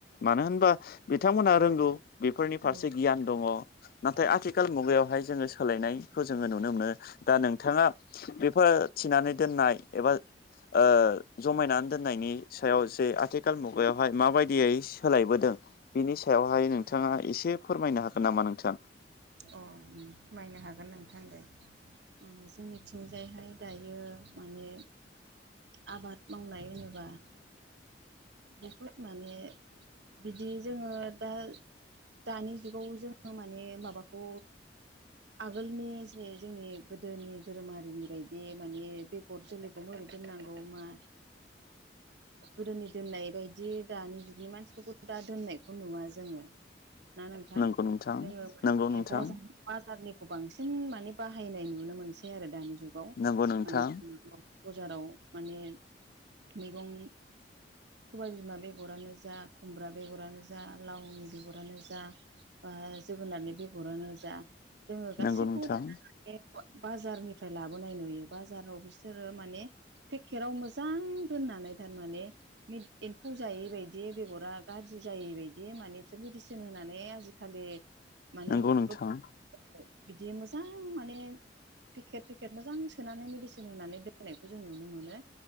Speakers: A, on the left; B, on the right.
A: मानो होनबा बिथांमोना रोंगौ बेफोरनि फारसे
B: औ
A: गियान दङ नाथाय
B: अ
A: आथिखाल मुगायावहाय जोङो सोलायनायखौ जोङो नुनो मोनो दा नोंथाङा बेफोर थिनानै दोननाय एबा ओ जमायनानै दोननायनि सायाव जे आथिखाल मुगायावहाय माबायदियै सोलायबोदों बिनि सायावहाय नोंथाङा एसे फोरमायनो हागोन नामा नोंथां?
B: अ फोरमायनो हागोन नोंथां दे। ओ जोंनिथिंजायहाय दायो माने आबाद मावनाय होनोबा बहुद माने बिदि जोङो दा दानि जुगाव जोङो माने माबाखौ आगोलनि जे जोंनि गोदोनि धोरोमारिनि बायदि माने बे बेगर जोलैखौ ओरै दोननांगौ मा गोदोनि दोननाय बायदि दानि जुगनि मानसिफोरखौ दा दोननायखौ नुवा जोङो ना नोंथां?
A: नंगौ
B: जोङो
A: नंगौ
B: <inaudible>
A: नोंथां
B: बजा बाजारनिखौ बांसिन माने बाहायनाय नुनो मोनसै आरो दानि जुगाव
A: नंगौ नोंथां
B: माने बजाराव माने मैगं सबाय बिमा बेगरानो जा खुमब्रा बेगरानो जा लावनि बेगरानो जा बा जोगोनारनि बेगरानो जा जोङो गासैखौबो
A: नंगौ नोंथां
B: <inaudible> माने बाजारनिफ्राय लाबोनाय नुयो बाजाराव बिसोरो माने पेकेराव मोजां दोननानै थारमाने एम्फौ जायै बायदि बेगरा गाज्रि जायै बायदि माने बिसोर मेडिसिन होनानै आजिखालि माने
A: नंगौ नोंथां
B: <inaudible> बिदि मोजां माने पेकेट पेकेट मोजां सोनानै मेडिसिन होनानै दोननायखौ जों नुनो मोनो।